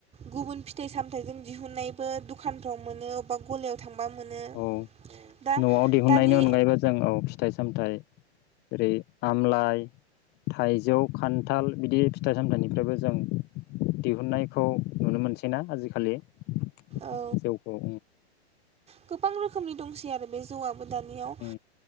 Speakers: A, on the right; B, on the left.
A: गुबुन फिथाइ सामथायाइजों दिहुननायबो दुखानफ्राव मोनो अबा गलायाव। थांबा मोनो
B: औ
A: दा
B: न'आव दिहुननायनि
A: दानि
B: अनगायैबो जों औ फिथाइ सामथाइ जओेरै आमलाइ थाइजौ खान्थाल बिदि फिथाइ सामथायाइनि। फ्रायबो जों दिहुननायखौ नुनो मोनसै ना आजिखालि जउखौ।
A: औ गोबां रोखोमनि दंसै आरो बे जौआ। दानियाव
B: उम